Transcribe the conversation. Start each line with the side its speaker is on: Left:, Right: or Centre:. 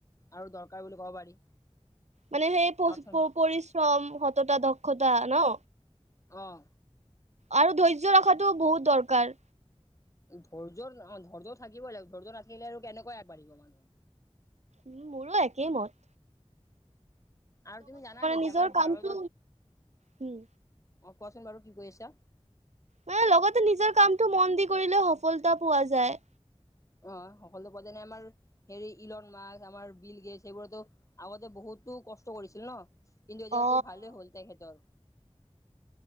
Left: আৰু দৰকাৰ বুলি ক'ব পাৰি।
Right: মানে সেই প
Left: অৰ্থ
Right: -পৰিশ্ৰম, সতটা, দক্ষতা ন।
Left: অহ।
Right: আৰু ধৈৰ্য ৰখাটো বহুত দৰকাৰ।
Left: ধৈৰ্যৰ অ ধৈৰ্য থাকিবই লাগ ধৈৰ্য্য নাথাকিলে আৰু কেনেকৈ আগবাঢ়িব মানুহ।
Right: উম মোৰো একেইমত।
Left: আৰু তুমি জানা নেকি
Right: নিজৰ
Left: আমাৰ
Right: কামটো
Left: ভাৰতত
Right: উম
Left: অ কোৱাচোন বাৰু কি কৰি আছা?
Right: মান লগতে নিজৰ কামটো মন দি কৰিলে সফলতা পোৱা যায়।
Left: অ সকলো পোৱা যেনে আমাৰ হেৰি ইলন মাছ, আমাৰ বিল গেছ সেইবোৰতো আগতে বহুত হুতো কষ্ট কৰিছিল ন। ইন্দু
Right: অ
Left: দিয়াতটো ভালে হ'ল তেখেতৰ।